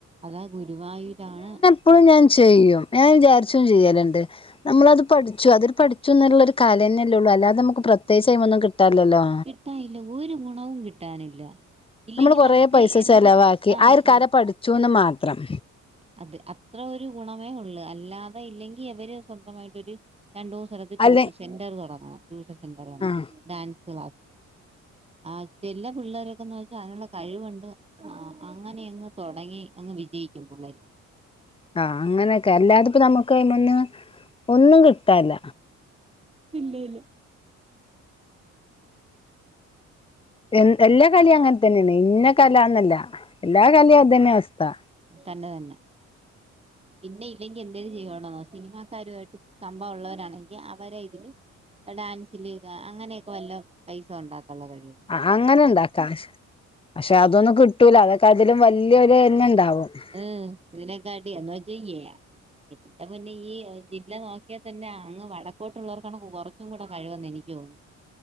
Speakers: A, on the right (about 20°); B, on the left (about 20°).
A: അതാ ഗുരുവായൂരാണ്
B: ഇപ്പളും ഞാൻ ചെയ്യും ഞാൻ വിചാരിച്ചും ചെയ്യല്ണ്ട് നമ്മളത് പഠിച്ചു അതൊരു പഠി. ച്ചൂന്നുള്ളൊരു കലന്നെല്ലെയൊള്ളൂ അല്ലാതമ്മക്ക് പ്രത്യേകിച്ച് അയ്മൊന്നും കിട്ടാല്ലല്ലോ?
A: ഏയ് ഇല്ല ഒരു ഗുണവും കിട്ടാനില്ല. ഇല്ലെങ്കിൽ
B: നമ്മള് കൊറേ
A: നമുക്ക്
B: പൈസ
A: എന്ത്
B: ചെലവാക്കി ആ ഒരു
A: ചില
B: കല പഠിച്ചൂന്ന് മാത്രം.
A: അത് അത്ര ഒരു ഗുണമേയൊള്ളൂ. അല്ലാതെ ഇല്ലെങ്കിയിവര് സ്വന്തമായിട്ടൊരു രണ്ടു മൂ സ്ഥലത്ത് ഒര് ടൂഷൻ
B: അല്ലെ
A: സെന്റർ തൊടങ്ങണം ടൂഷൻ സെന്റർ കണക്ക്
B: ആഹ്
A: ഡാൻസ് ക്ലാസ് ആഹ് ചെല പിള്ളേരൊക്കെന്ന് വെച്ചാ അയിനുള്ള കഴിവുണ്ട്. ആഹ് അങ്ങനെയങ്ങ് തൊടങ്ങി അങ്ങ് വിജയിക്കും പുള്ളേര്.
B: ആഹ് അങ്ങനെയൊക്കെ അല്ലാതെപ്പം നമുക്ക് അയ്മന്ന് ഒന്നും കിട്ടാല്ല.
A: ഇല്ലയില്ല.
B: എ എല്ലാ കലിം അങ്ങൻത്തന്നെയാണ് ഇന്ന കലാന്നല്ല എല്ലാ കലിം അതന്നെയവസ്ഥ.
A: തന്നെ തന്നെ പിന്നെയില്ലെങ്കി എന്തെര് ചെയ്യണോന്നോ സിനിമാക്കാരുവായിട്ട് കമ്പം ഉള്ളവരാണെങ്കി അവരെയിതില് ഡാൻസില്ക്കെ അങ്ങനെയൊക്കെ വല്ലോം പൈസയുണ്ടാക്കാള്ള കഴിവ്
B: ആഹ് അങ്ങനെണ്ടാക്കാ കാശ് പക്ഷെ അതൊന്നും കിട്ടൂല. അതൊക്കെ അതിലും വല്യോരെന്നെണ്ടാവും അപ്പം
A: ഉംഹ് ഇതിനെക്കാട്ടി എന്ന് വെച്ചാ എ ന്റെ പൊന്നേ ജില്ല നോക്കിയാ തന്നെ അങ്ങ് വടക്കോട്ടുള്ളവർക്കാണ് കൊറച്ചും കൂടെ കഴിവെന്നെനിക്ക് തോന്ന്ണ്